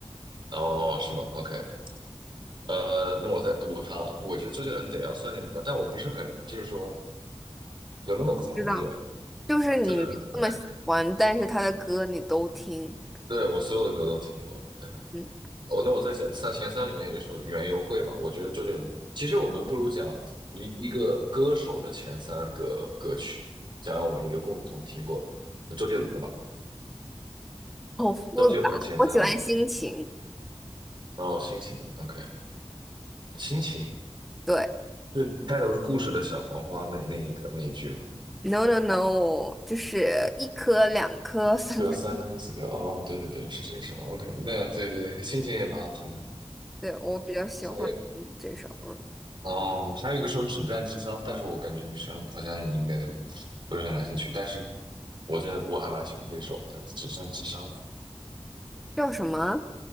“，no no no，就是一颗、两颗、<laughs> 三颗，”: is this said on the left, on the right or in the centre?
Centre